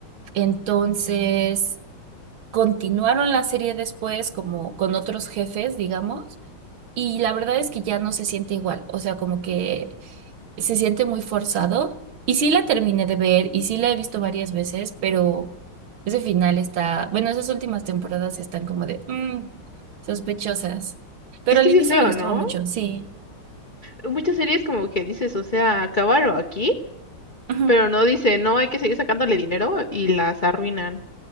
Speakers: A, on the right; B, on the left.
A: Entonces, continuaron la serie después como con otros jefes, digamos, y la verdad es que ya no se siente igual, o sea, como que se siente muy forzado. Y sí la terminé de ver y sí la he visto varias veces, pero ese final está, bueno, esas últimas temporadas están como de mm, sospechosas. Pero
B: Es
A: al
B: que sí
A: inicio
B: es feo,
A: me gustaba
B: ¿no?
A: mucho, sí.
B: Muchas series como que dices, o sea, acabaron aquí.
A: Ujú.
B: Pero no dice, no, hay que seguir sacándole dinero y las arruinan.